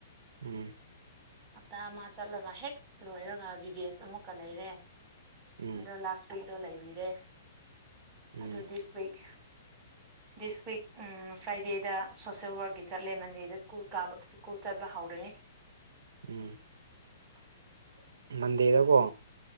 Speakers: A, on the right; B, on the right.
A: ꯎꯝ
B: ꯍꯞꯇꯥ ꯑꯃ ꯆꯠꯂꯒ ꯍꯦꯛ ꯂꯣꯏꯔꯒ ꯕꯤ ꯕꯤ ꯑꯦꯁ ꯑꯃꯨꯛ ꯀ ꯂꯩꯔꯦ
A: ꯎꯝ
B: ꯑꯗꯣ ꯂꯥꯁ ꯋꯤꯛꯇꯣ ꯂꯩꯕꯤꯔꯦ
A: ꯎꯝ
B: ꯑꯗꯨ ꯗꯤꯁ ꯋꯤꯛ ꯗꯤꯁ ꯋꯤꯛ ꯎꯝ ꯐ꯭ꯔꯥꯏꯗꯦꯗ ꯁꯣꯁꯦꯜ ꯋꯥꯔꯛꯀꯤ ꯆꯠꯂꯦ ꯃꯟꯗꯦꯗ ꯁ꯭ꯀꯨꯜ ꯀꯥꯕ ꯁ꯭ꯀꯨꯜ ꯆꯠꯄ ꯍꯧꯔꯦ
A: ꯎꯝ
B: <inaudible>
A: ꯃꯟꯗꯦꯗꯀꯣ